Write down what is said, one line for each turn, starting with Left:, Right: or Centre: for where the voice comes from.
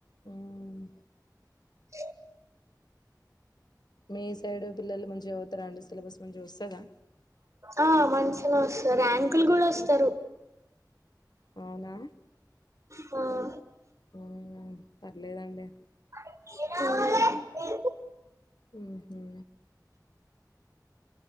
Left: హ్మ్.
Right: అ
Left: మీ సైడ్ పిల్లలు మంచి జౌతర అండి స్ పిల్లలు స్ మంచిగా వస్తాదా
Right: ఆ మంచిగా వస్తారు ర్యాంకులు కూడా వస్తారు
Left: అవునా
Right: ఆ
Left: ఉ పర్లేదండి
Right: అ ఏ
Left: ఉహు